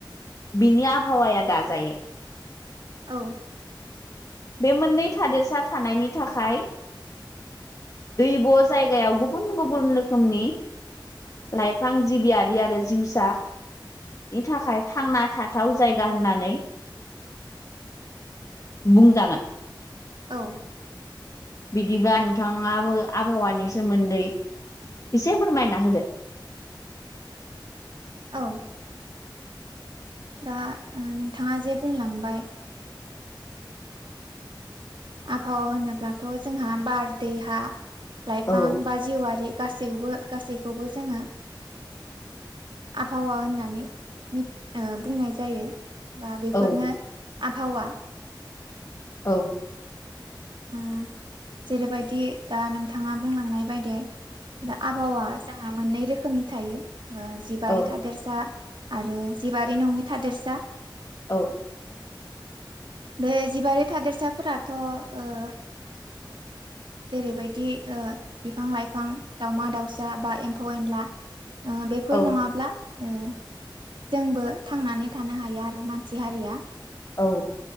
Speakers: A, on the left; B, on the right.
A: बिनि आबहावाया दाजायो।
B: औ
A: बे मोननै थादेरसा थानायनि थाखाय दैब' जायगायाव गुबुन गुबुन रोखोमनि लाइफां जिबियारि आरो जिउसा थाखाय थांना थाथाव जायगा होननानै बुंजागोन।
B: औ।
A: बिदिब्ला नोंथाङाबो आबहावानि सोमोन्दै एसे फोरमायना होदो।
B: औ। दा उह नोंथाङा जे बुंलांबाय आबहावा होनोब्लाथ' जोंहा बार, दै, हा, लाइफां
A: औ
B: बा जिउआरि गासैबो गासैखौबो जोङो आबहावा होननानै उह बुंनाय जायो बा बेफोरनो
A: औ
B: आबहावा
A: औ
B: उह जेरैबायदि दा नोंथाङा बुंलांनाय बायदि। दा आबहावा जोंहा मोननै रोखोमनि थायो उह जिबारि
A: औ
B: थादेरसा आरो जिबारि नङि थादेरसा
A: औ।
B: बे जिबारि थादेरसाफोराथ' उह जेरैबायदि उह बिफां लाइफां दाउमा दाउसा बा एम्फौ एनला उह बेफोर
A: औ
B: नङाब्ला उह जोंबो थांनानै थानो हाया आरो मानसि हारिया।
A: औ।